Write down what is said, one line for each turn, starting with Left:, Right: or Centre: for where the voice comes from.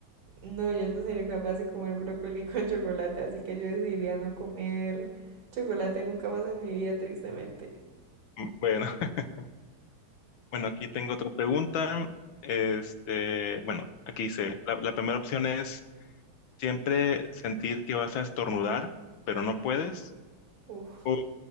Right: No, yo no sería capaz de comer brócoli con chocolate, así que yo decidiría no comer chocolate nunca más en mi vida, tristemente.
Left: Mm, Bueno, <laughs> bueno, aquí tengo otra pregunta. Este, bueno, aquí dice, la, la primera opción es siempre sentir que vas a estornudar, pero no puedes,
Right: Uf.
Left: o